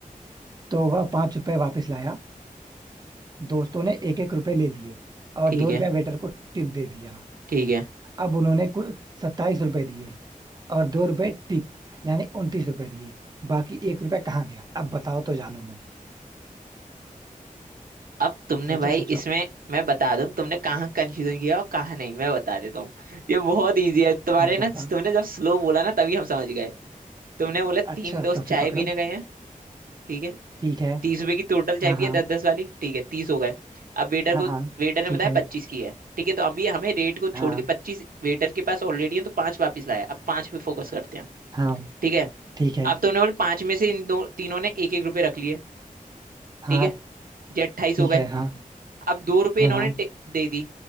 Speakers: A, on the right; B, on the right.
A: तो वह पांच रुपए वापस लाया दोस्तों ने एक एक रुपए ले लिए और
B: ठीक
A: दो
B: है
A: रुपया वेटर को टिप दे दिया
B: ठीक है
A: अब उन्होंने कुल सत्ताईस रुपए दिए और दो रुपए टिप यानी उनतीस रुपए दिए बाकी एक रुपया कहाँ गया अब बताओ तो जानू मैं
B: अब तुमने
A: सोचो
B: भाई
A: सोचो
B: इसमें मैं बता दूं तुमने कहाँ कंफ्यूजन किया और कहाँ नहीं मैं बता देता हूँ ये बहुत इजी है तुम्हारे
A: हम बताओ
B: ना
A: बताओ
B: तुमने जब स्लो बोला ना तभी हम समझ गए तुमने बोला
A: अच्छा
B: तीन दोस्त
A: तो
B: चाय
A: फिर पकड़ो
B: पीने गए हैं ठीक है
A: ठीक है
B: तीस रुपए की टोटल चाय
A: हाँ
B: पी
A: हाँ
B: है दस दस वाली ठीक है तीस हो गए अब वेटर
A: हाँ
B: को
A: हाँ
B: वेटर ने
A: ठीक
B: बताया
A: है
B: पच्चीस की है ठीक है तो अभी हमें रेट को छोड़
A: हाँ
B: के पच्चीस वेटर के पास ऑलरेडी है तो पांच वापस लाया अब पांच पे फोकस करते हैं
A: हाँ
B: ठीक है
A: ठीक है
B: अब तुमने बोले पांच में से इन दो तीनों ने एक एक रुपये रख लिए
A: हाँ
B: ठीक है ये अट्ठाईस
A: ठीक
B: हो गए
A: है हाँ
B: अब दो रुपए
A: हाँ
B: इन्होंने
A: हाँ
B: टे- दे दी